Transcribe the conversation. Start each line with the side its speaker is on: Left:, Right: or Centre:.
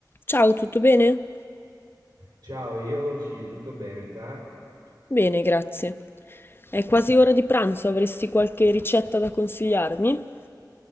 Left: Ciao, tutto bene?
Right: Ciao, io sì, tutto bene, te?
Left: Bene, grazie. È quasi ora di pranzo, avresti qualche ricetta da consigliarmi?